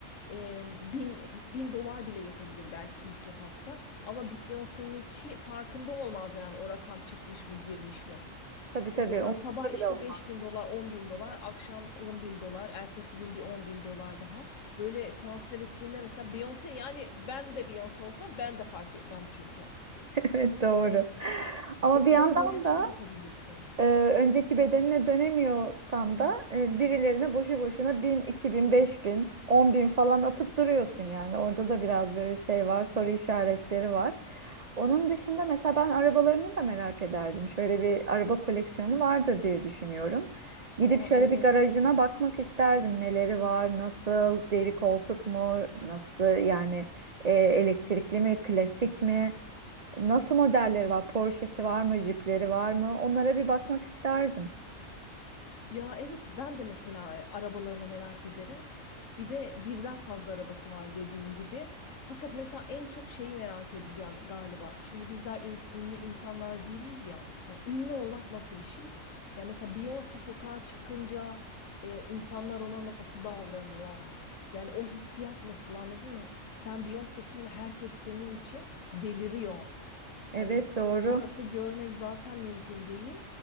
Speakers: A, on the left (about 70°); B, on the right (about 60°).
A: e, bin, bin dolar bile yetebilir belki ilk etapta. Ama Beyoncé'nin hiç farkında olmaz yani o rakam çıkmış mı girmiş mi.
B: Tabii tabii
A: Mesela
B: umurumda
A: sabah işte
B: bile olmaz.
A: beş
B: <laughs>
A: bin dolar on bin dolar akşam on bin dolar ertesi gün bir on bin dolar daha. Böyle transfer ettiğinde mesela Beyoncé yani ben de Beyoncé olsam ben de fark etmem çünkü.
B: Evet doğru. Ama
A: O yüzden
B: bir yandan
A: böyle bir şey
B: da
A: yapabilirsin.
B: e, önceki bedenine dönemiyorsan da e, birilerine boşu boşuna 1000, 2000, 5000, 10000 falan atıp duruyorsun yani. Orada da biraz böyle şey var, soru işaretleri var. Onun dışında mesela ben arabalarını da merak ederdim. Şöyle bir araba koleksiyonu vardır diye düşünüyorum. Gidip
A: Aa
B: şöyle
A: evet.
B: bir garajına bakmak isterdim. Neleri var, nasıl, deri koltuk mu, nasıl yani e, elektrikli mi, klasik mi? Nasıl modelleri var? Porsche'si var mı? Jeep'leri var mı? Onlara bir bakmak isterdim.
A: Ya evet ben de mesela e, arabalarını merak ederim. Bir de birden fazla arabası var dediğin gibi. Fakat mesela en çok şeyi merak edeceğim galiba. Şimdi bizler ün- ünlü insanlar değiliz ya. Ya ünlü olmak nasıl bir şey? Ya mesela Beyoncé sokağa çıkınca e, insanlar ona nasıl davranıyor? Yani o hissiyat nasıl anladın mı? Sen Beyoncé'sin ve herkes senin için deliriyor. Hani
B: Evet doğru.
A: sokakta görmek zaten mümkün değil.